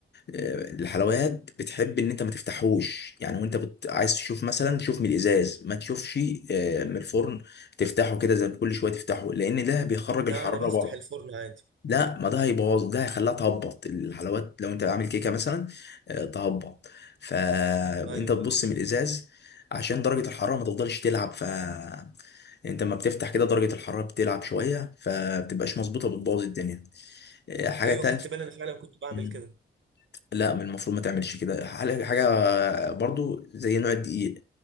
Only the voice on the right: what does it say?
لا
انا بفتح
الفرن عادي
ايوه
ايوه
ايوه
خدت بالي انا فعلا كنت بعمل
كده